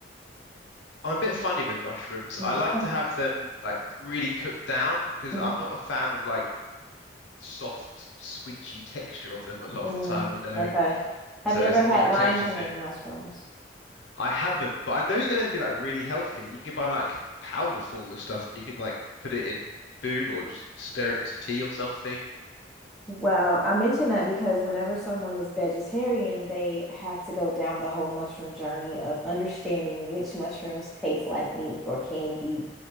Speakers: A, on the left; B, in the centre.
A: I'm a bit funny with mushrooms.
B: Mm,
A: I
B: this
A: like
B: one,
A: to have them like really cooked down because
B: mm,
A: I'm not a fan of like soft, squidgy texture of them a lot
B: Mm,
A: of the time, you know.
B: okay. Have
A: So
B: you ever
A: it's
B: had
A: more of a
B: lion's
A: texture thing.
B: mane mushrooms?
A: I haven't, but I know they're going to be like really healthy. And you can buy like powder form and stuff, and you can like put it in food or just stir it into tea or something.
B: Well, I mention that because whenever someone is vegetarian, they have to go down the whole mushroom journey of understanding which mushrooms taste like meat or can be